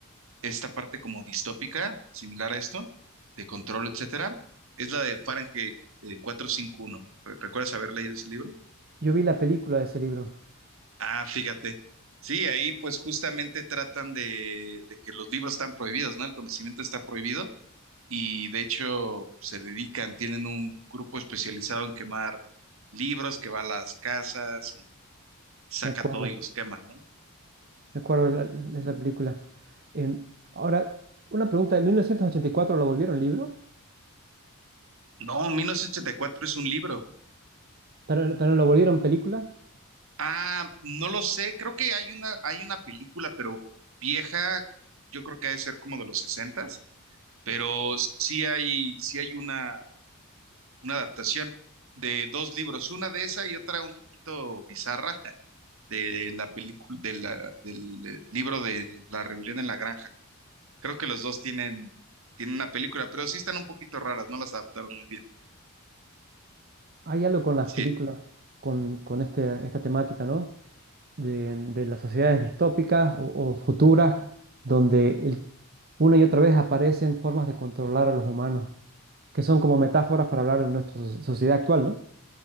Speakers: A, on the right; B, on the right.
A: esta parte como distópica, similar a esto, de control, etcétera, es la de Fahrenheit eh, 451. ¿Re- ¿Recuerdas haber leído ese libro?
B: Yo vi la película de ese libro,
A: Ah, fíjate. Sí, ahí pues justamente tratan de, de que los libros están prohibidos, ¿no? El conocimiento está prohibido y de hecho se dedican, tienen un grupo especializado en quemar libros que va a las casas y saca
B: me acuerdo,
A: todo y los quema, ¿no?
B: me acuerdo la- de esa película. Em, ahora, una pregunta, ¿en 1984 lo volvieron libro?
A: No, 1984 es un libro.
B: ¿Pero, pero lo volvieron película?
A: Ah, no lo sé, creo que hay una, hay una película, pero vieja, yo creo que ha de ser como de los sesentas, pero sí hay, sí hay una, una adaptación de dos libros, una de esa y otra un poquito bizarra <laughs> de la película, de la, del eh, libro de La Rebelión en la Granja. Creo que los dos tienen, tienen una película, pero sí están un poquito raras, no las adaptaron muy bien.
B: Hay algo con las
A: Sí,
B: películas, con, con este, esta temática, ¿no? De, de las sociedades distópicas o, o futuras, donde el- una y otra vez aparecen formas de controlar a los humanos, que son como metáforas para hablar de nuestra so- sociedad actual, ¿no?